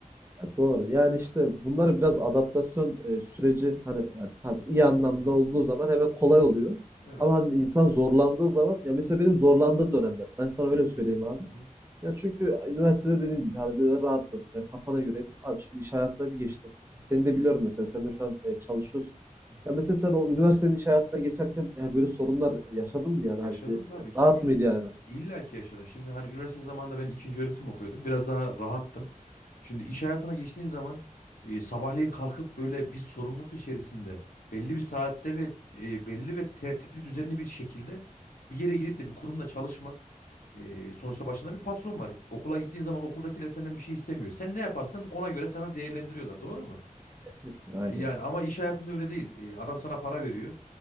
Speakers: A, on the right; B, on the left.
A: Ya doğru. Yani işte bunları biraz adaptasyon e, süreci hani ya tabii iyi anlamda
B: Aha,
A: olduğu zaman hemen kolay oluyor.
B: evet.
A: Ama hani insan zorlandığı zaman ya mesela benim zorlandığım dönemler. Ben sana öyle söyleyeyim abi.
B: Hı hı.
A: Ya çünkü üniversitede dediğim gibi hani böyle rahattın. e, kafana göreydim. Abi şimdi iş hayatına bir geçtim. Seni de biliyorum mesela. Sen de şu an e, çalışıyorsun.
B: Hı hı.
A: Ya mesela sen o üniversitenin iş hayatına geçerken e, böyle sorunlar yaşadın mı yani
B: Yaşadım
A: abi? Bir-
B: tabii ki.
A: rahat
B: İll
A: mıydı yani?
B: illa ki yaşadım. Şimdi hani üniversite zamanında ben ikinci öğretim okuyordum. Biraz daha rahattım. Şimdi iş hayatına geçtiğin zaman e, sabahleyin kalkıp böyle bir sorumluluk içerisinde belli bir saatte ve e, belli ve tertipli düzenli bir şekilde bir yere gidip de bir kurumda çalışmak e, sonuçta başında bir patron var. Okula gittiğin zaman okuldakiler senden bir şey istemiyor. Sen ne yaparsan ona göre sana değerlendiriyorlar. Doğru mu?
A: Kesinlikle. Aynen.
B: Yani ama iş hayatında öyle değil. E, adam sana para veriyor.